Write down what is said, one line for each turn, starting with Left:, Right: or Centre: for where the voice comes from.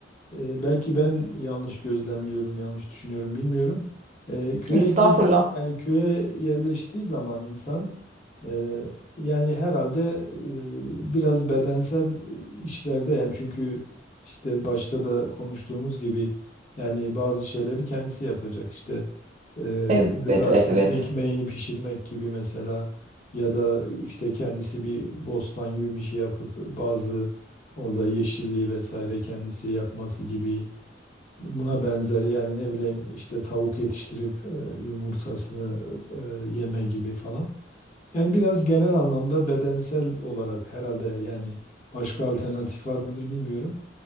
Left: e, belki ben yanlış gözlemliyorum, yanlış düşünüyorum bilmiyorum. E, köye
Right: Estağfurullah.
Left: gid yani köye yerleştiği zaman insan e, yani herhalde e, biraz bedensel işlerde yani çünkü işte başta da konuştuğumuz gibi yani bazı şeyleri kendisi yapacak işte e,
Right: Evet,
Left: gıdasını,
Right: evet.
Left: ekmeğini pişirmek gibi mesela ya da işte kendisi bir bostan gibi bir şey yapıp bazı Orada yeşilliği vesaire kendisi yapması gibi buna benzer yani ne bileyim işte tavuk yetiştirip e, yumurtasını e, yeme gibi falan. Yani biraz genel anlamda bedensel olarak herhalde yani başka alternatif var mıdır bilmiyorum.